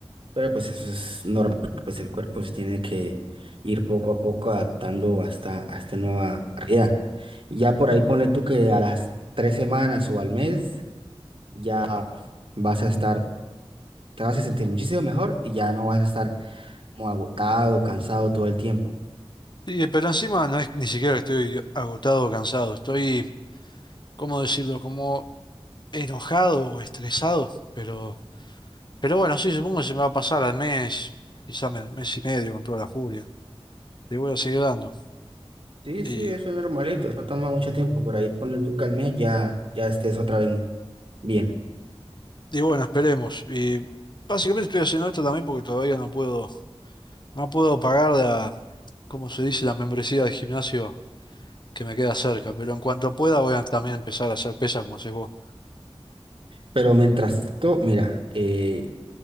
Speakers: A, on the right (about 55°); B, on the left (about 45°).
A: Pero pues eso es normal, porque, pues el cuerpo se tiene que ir poco a poco adaptando hasta a esta nueva realidad. Y ya por ahí ponle tú que a las tres semanas o al mes ya vas a estar, te vas a sentir muchísimo mejor y ya no vas a estar como agotado, cansado todo el tiempo.
B: Sí, pero encima no es ni siquiera que estoy agotado o cansado. Estoy, ¿cómo decirlo? Como enojado o estresado. Pero, pero bueno, sí, supongo que se me va a pasar al mes, quizá me- mes y medio con toda la furia. Le voy a seguir dando.
A: Sí,
B: Y,
A: sí, eso es normalito, no toma mucho tiempo, por ahí ponle tú que al mes ya, ya estés otra vez bien.
B: y bueno, esperemos. Y básicamente estoy haciendo esto también porque todavía no puedo, no puedo pagar la, ¿cómo se dice? La membresía de gimnasio que me queda cerca, pero en cuanto pueda voy a también empezar a hacer pesas como haces vos.
A: Pero mientras tanto, mira, eh,